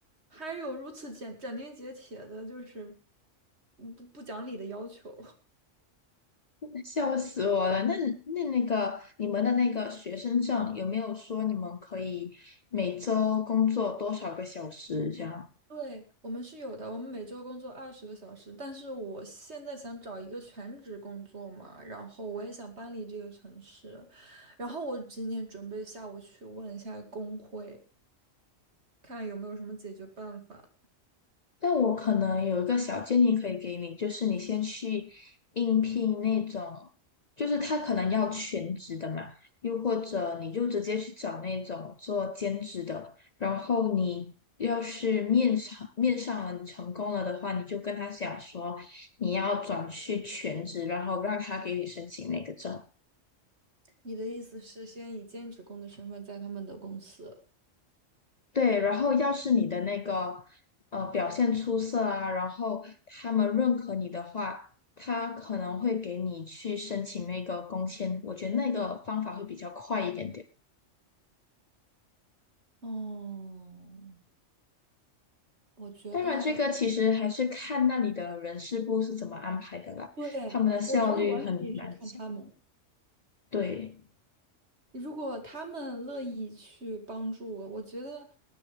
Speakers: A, on the right; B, on the left.
A: 还有如此斩斩钉截铁的，就是嗯不不讲理的要求。<laughs>
B: <laughs> 笑死我了！那那那个你们的那个学生证有没有说你们可以每周工作多少个小时这样？
A: 对，我们是有的，我们每周工作二十个小时，但是我现在想找一个全职工作嘛，然后我也想搬离这个城市，然后我今天准备下午去问一下工会。看有没有什么解决办法。
B: 但我可能有一个小建议可以给你，就是你先去应聘那种，就是他可能要全职的嘛，又或者你就直接去找那种做兼职的，然后你要是面上面上了，你成功了的话，你就跟他讲说你要转去全职，然后让他给你申请那个证。
A: 你的意思是先以兼职工的身份在他们的公司？
B: 对，然后要是你的那个呃表现出色啊，然后他们认可你的话，他可能会给你去申请那个工签。我觉得那个方法会比较快一点点。
A: 哦，我觉得，
B: 当然，这个其实还是看那里的人事部是怎么安排的啦，
A: 对，
B: 他们的效率很难讲。
A: 我觉得完全也是看他们。
B: 对，
A: 如果他们乐意去帮助我，我觉得，